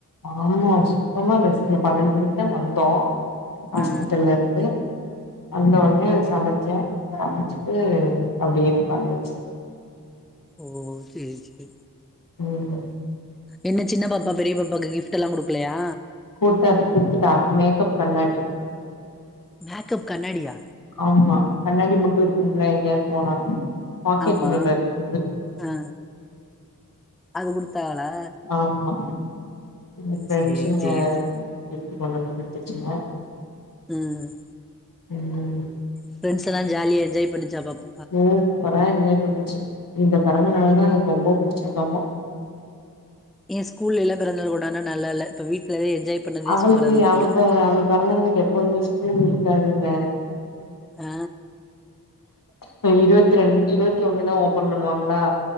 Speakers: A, on the left; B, in the centre.
A: ஆமா சுத்தமா ரெஸ்டுல்ல பன்னெண்டு மணிக்கி தா வந்தோ ஹாஸ்பிட்டலருந்து
B: ஆ
A: வந்த ஒன்னே சமைச்சே சமைச்சிட்டு அப்டியே உக்காந்துச்சு
B: ஓ சேரி சேரி
A: ம்
B: என்ன சின்ன பாப்பா பெரிய பாப்பாக்கு கிஃப்ட் எல்லா குடுக்கலயா
A: குடுத்தாட் குடுத்துட்டா மேக்கப் கண்ணாடி
B: மேக்கப் கண்ணாடியா
A: ஆமா கண்ணாடி மட்டு இருக்கும்ல எங்கேயாது போனா பாக்கெட்
B: ஆமா
A: மிரர் இது
B: அ அது குடுத்தாகலா
A: ஆமா எங்க ஃப்ரெண்ட்ஸுங்க
B: சேரி சேரி சேரி
A: கிஃப்ட் கொண்டு வந்து குடுத்துச்சுங்க
B: ம்
A: ம்
B: ஃபிரண்ஸ்ல்லா ஜாலியா என்ஜாய் பண்ணிச்சா பாப்
A: சூப்பரா என்ஜாய் பண்ணுச்சு இந்த பெறந்த நாள் தா அதுக்கு ரொம்ப புடிச்சிருக்காமா
B: எ ஸ்கூல்ல லா பிறந்த நாள் கொண்டான்னா நல்ல இல்ல இப்ப வீட்ல தா என்ஜாய் பண்ணதே
A: அவளுக்கு
B: சூப்பரா இருந்துச்சு
A: அவ
B: போல
A: அவ பிறந்த நாளுக்கு எப்போதுமே ஸ்கூல் இருக்காதுங்க
B: ஆ
A: இப்ப இருவத் ரெண் இருவத்தி ஒண்ணுதா ஓப்பன் பண்ணுவாங்களா